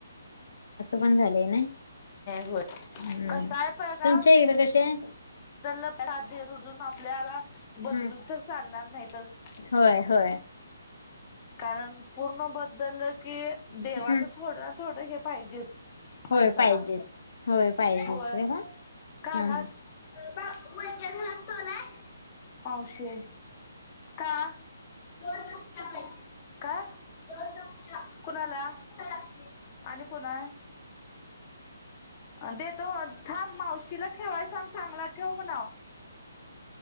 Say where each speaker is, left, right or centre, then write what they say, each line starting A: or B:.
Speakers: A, on the left; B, on the left.
A: पण झालेय नाय,
B: होय
A: हम्म,
B: कसा आहे पळगाव
A: तुमच्या इकडं कशे हाय?
B: तर लर <unintelligible> आपल्याला बदलू,
A: हम्म
B: तर चालणार नाही तसं.
A: होय होय.
B: कारण पूर्ण बदंलं की, देवाचं
A: हम्म
B: थोडं, थोडं हे पाहिजेच.
A: होय
B: माणसाला
A: पाहिजेच होय पाहिजेच
B: होय
A: का
B: काय
A: हा
B: आलासं? <unintelligible> पावशेर का? दोन कप चहा पाहिजे. काय? दोन कप चहा कोणाला सरासनि आणि कोण हाय. देतो, थांब, मावशीला ठेवायं सांग, चांगला ठेव म्हणावं.